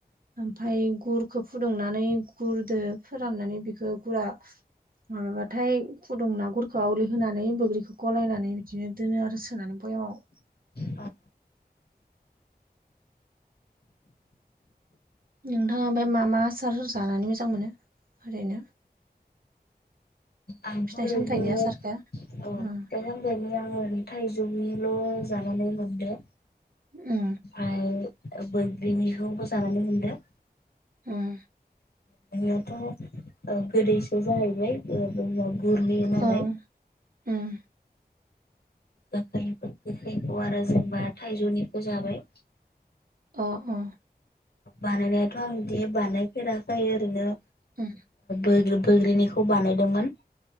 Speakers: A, on the right; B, on the left.
A: ओमफाय गुरखौ फुदुंनानै गुरदो फोराननानै बेखौ गुरा माबाबाथाय फुदुंना गुरखो आवलि होनानै बैग्रिखौ गलायनानै बिदिनो दोनो आरो सोनानै बयामाव।
B: आ
A: नोंथाङा ओमफ्राय मा मा आसार जानानै मोजां मोनो? ओरैनो
B: आंथ'
A: फिथाइ
B: ओरैनो
A: सामथाइनि आसारखो?
B: औ फिथाइ-साम-
A: उम
B: ओंखायनो आङो थाइजौनिल' जानानै मोनदो।
A: उम
B: ओमफ्राय बैग्रिनिखौबो जानानै मोनदों।
A: उम
B: बेयोथ' ओ गोदैसो जाहैबाय बैग्रियाबो गुरहोयो नालाय।
A: ओं उम
B: <unintelligible> गोखैखौ आरो जेनबा थाइजौनिखौ जाबाय।
A: अ अ।
B: बानायनायाथ' आं बिदि बानायफेराखै ओरैनो
A: उम
B: बोग्रि बोगग्रिनिखौ बानायदोंमोन